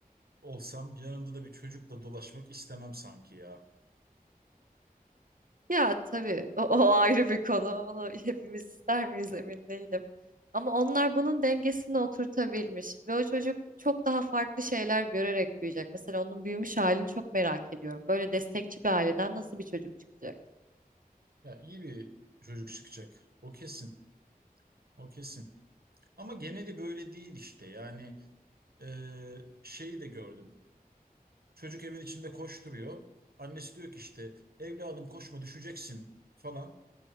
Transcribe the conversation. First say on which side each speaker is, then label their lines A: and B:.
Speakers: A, on the right (about 80°); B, on the right (about 60°).
A: olsam yanımda da bir çocukla dolaşmak istemem sanki ya.
B: Ya tabii o, o ayrı bir konu. Onu hepimiz ister miyiz emin değilim. Ama onlar bunun dengesini oturtabilmiş ve o çocuk çok daha farklı şeyler görerek büyüyecek. Mesela onun büyümüş halini çok merak ediyorum. Böyle destekçi bir aileden nasıl bir çocuk çıkacak?
A: Ya iyi bir çocuk çıkacak. O kesin. O kesin. Ama geneli böyle değil işte. Yani e, şeyi de gördüm. Çocuk evin içinde koşturuyor. Annesi diyor ki işte evladım koşma düşeceksin falan.